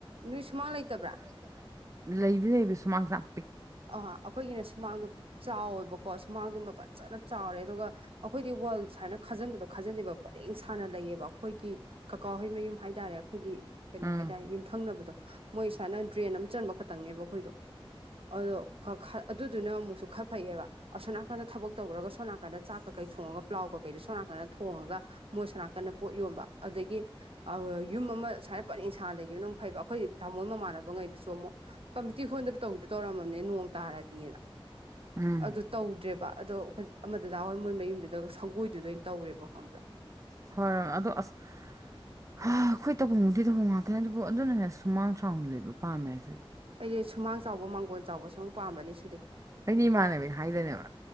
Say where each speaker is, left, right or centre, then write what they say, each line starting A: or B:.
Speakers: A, on the right (about 70°); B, on the right (about 35°).
A: ꯅꯣꯏ ꯁꯨꯃꯥꯡ ꯂꯩꯇꯕ꯭ꯔꯥ
B: ꯂꯩꯇꯕ꯭ꯔꯥ ꯂꯩꯗꯨꯅꯦꯕ ꯁꯨꯃꯥꯡꯖꯥꯝ
A: ꯑ ꯑꯩꯈꯣꯏꯒꯤꯅ ꯁꯨꯃꯥꯡꯗꯣ ꯆꯥꯎꯋꯦꯕꯀꯣ ꯁꯨꯃꯥꯡꯗꯨꯃ ꯐꯖꯅ ꯆꯥꯎꯔꯦ ꯑꯗꯨꯒ ꯑꯩꯈꯣꯏꯗꯤ ꯋꯥꯔꯜ ꯁꯨꯃꯥꯏꯅ ꯈꯥꯖꯤꯟꯕꯗꯣ ꯈꯥꯖꯤꯟꯗꯦꯕ ꯄꯔꯦꯡ ꯁꯥꯅ ꯂꯩꯌꯦꯕ ꯑꯩꯈꯣꯏꯒꯤ ꯀꯀꯥ ꯍꯩ ꯃꯌꯨꯝ ꯍꯥꯏꯇꯥꯔꯦ ꯑꯩꯈꯣꯏꯒꯤ ꯀꯩꯅꯣ
B: ꯎꯝ
A: ꯍꯥꯏꯇꯥꯔꯦ ꯌꯨꯝꯊꯪꯅꯕꯗꯣ ꯃꯣꯏ ꯁꯨꯃꯥꯏꯅ ꯗ꯭ꯔꯦꯟ ꯑꯃ ꯆꯟꯕ ꯈꯛꯇꯪꯅꯦꯕ ꯑꯩꯈꯣꯏꯗꯣ ꯑꯗꯣ ꯑꯗꯨꯗꯨꯅ ꯑꯃꯨꯛꯁꯨ ꯈꯔ ꯐꯩꯌꯦꯕ ꯑꯁꯣꯝ ꯅꯥꯀꯟꯗ ꯊꯕꯛ ꯇꯧꯈ꯭ꯔꯒ ꯁꯣꯝ ꯅꯥꯀꯟꯗ ꯆꯥꯛ ꯀꯀꯩ ꯊꯣꯡꯉꯒ ꯄ꯭ꯂꯥꯎ ꯀꯀꯩꯗꯣ ꯁꯣꯝ ꯅꯥꯀꯗ ꯊꯣꯡꯉꯒ ꯃꯣꯏꯁ ꯅꯥꯀꯟꯟꯅ ꯄꯣꯠ ꯌꯣꯟꯕ ꯑꯗꯒꯤ ꯌꯨꯝ ꯑꯃ ꯁꯨꯃꯥꯏꯅ ꯄꯔꯦꯡ ꯁꯥ ꯂꯩꯈꯤꯕ ꯅꯪ ꯐꯩꯕ ꯑꯩꯈꯣꯏ ꯊꯥꯡꯃꯣꯏ ꯃꯃꯥꯟꯅꯕꯉꯩꯗꯨꯁꯨ ꯑꯃꯨꯛ ꯀꯝꯃꯤꯇꯤ ꯍꯣꯟꯗꯕ ꯇꯧꯗꯤ ꯇꯧꯔꯝꯃꯕꯅꯦ ꯅꯣꯡ ꯇꯥꯔꯗꯤꯅ
B: ꯎꯝ
A: ꯑꯗꯨꯗꯣ ꯇꯧꯗ꯭ꯔꯦꯕ ꯑꯗꯣ ꯑꯃꯗꯗꯥ ꯍꯣꯏ ꯃꯣꯏ ꯃꯌꯨꯝꯗꯨꯗ ꯁꯪꯒꯣꯏꯗꯨꯗ ꯑꯣꯏꯅ ꯇꯧꯔꯦꯕ ꯈꯪꯕ꯭ꯔꯥ
B: ꯐꯔ ꯑꯗꯣ ꯑꯁ ꯍꯥ ꯑꯩꯈꯣꯏ ꯇꯕꯐꯝꯃꯨꯗꯤ ꯊꯧꯐꯝ ꯉꯥꯛꯇꯅꯦ ꯑꯗꯨꯕꯨ ꯑꯗꯨꯅꯅꯦ ꯁꯨꯃꯥꯡ ꯁꯅ ꯂꯩꯕ ꯄꯥꯝꯃꯦ ꯍꯥꯏꯁꯦ
A: ꯑꯩꯗꯤ ꯁꯨꯃꯥꯡ ꯆꯥꯎꯕ ꯃꯥꯡꯒꯣꯟ ꯆꯥꯎꯕ ꯁꯨꯝ ꯄꯥꯝꯕꯅꯤ ꯁꯨꯗꯤ
B: ꯑꯩꯩꯅ ꯏꯃꯥꯟꯅꯕꯤ ꯍꯥꯏꯗꯅꯦꯕ